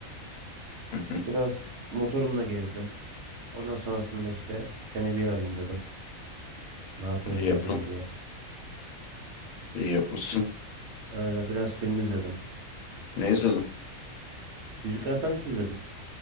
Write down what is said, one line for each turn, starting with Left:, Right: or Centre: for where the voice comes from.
Left: Hı hı.
Right: Biraz motorumla gezdim. Ondan sonrasında işte seni bir arayayım dedim. Ne yapıyorsun,
Left: İyi
Right: ne
Left: yaptın.
Right: ediyorsun diye.
Left: İyi yapmışsın.
Right: Öyle biraz film izledim.
Left: Ne izledin?
Right: Yüzükler Efendisi izledim.